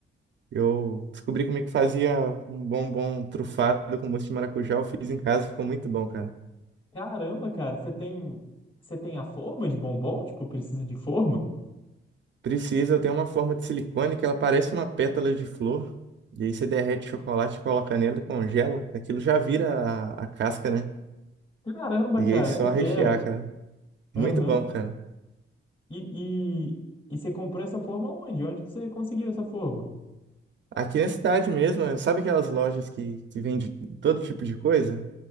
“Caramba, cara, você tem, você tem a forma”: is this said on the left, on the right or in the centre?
Left